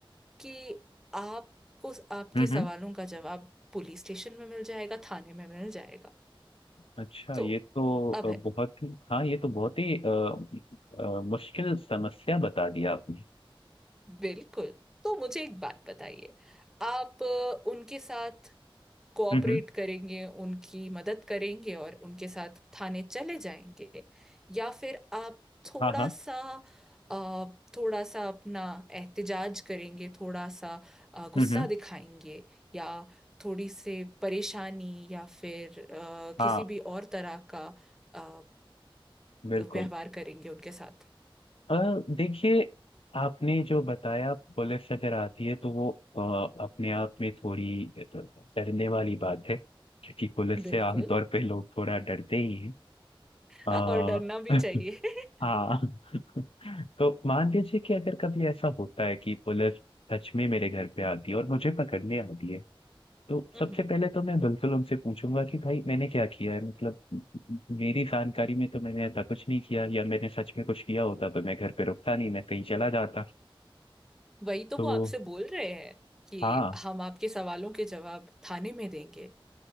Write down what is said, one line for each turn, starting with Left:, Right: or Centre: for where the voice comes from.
Centre: कि आपको आपके
Left: हम्म
Centre: सवालों
Left: हम्म,
Centre: का जवाब पुलिस स्टेशन में मिल जाएगा थाने में मिल जाएगा
Left: अच्छा
Centre: तो
Left: ये तो अ,
Centre: अब है
Left: बहुत ही हाँ ये तो बहुत ही अ, अ, मुश्किल समस्या बता दिया आपने
Centre: बिल्कुल तो मुझे एक बात बताइए आप अ, उनके साथ कोऑपरेट
Left: हम्म हम्म,
Centre: करेंगे उनकी मदद करेंगे और उनके साथ थाने चले जाएंगे या फिर आप थोड़ा
Left: हाँ हाँ
Centre: सा अ, थोड़ा सा अपना एहतिजाज करेंगे थोड़ा सा अ, गुस्सा
Left: हम्म हम्म,
Centre: दिखाएंगे या थोड़ी से परेशानी या फिर अ,
Left: हाँ
Centre: किसी भी और तरह का अ,
Left: बिल्कुल
Centre: व्यवहार करेंगे उनके साथ
Left: अ, देखिए आपने जो बताया पुलिस अगर आती है तो वो अ, अपने आप में थोड़ी अ, डरने वाली बात है क्योंकि पुलिस
Centre: बिल्कुल
Left: से आमतौर पे लोग थोड़ा डरते ही हैं
Centre: <laughs>
Left: अ,
Centre: और डरना भी
Left: <laughs>
Centre: चाहिए <laughs>
Left: हाँ <laughs> तो मान लीजिए कि अगर कभी ऐसा होता है कि पुलिस सच में मेरे घर पे आती है और मुझे पकड़ने आती है तो
Centre: हम्म
Left: सबसे पहले तो मैं बिल्कुल उनसे पूछूंगा कि भाई मैंने क्या किया है मतलब मेरी जानकारी में तो मैंने ऐसा कुछ नहीं किया या मैंने सच में कुछ किया होता तो मैं घर पे रुकता नहीं मैं कहीं चला जाता
Centre: वही तो
Left: तो
Centre: वो आपसे बोल रहे हैं कि
Left: हाँ
Centre: हम आपके सवालों के जवाब थाने में देंगे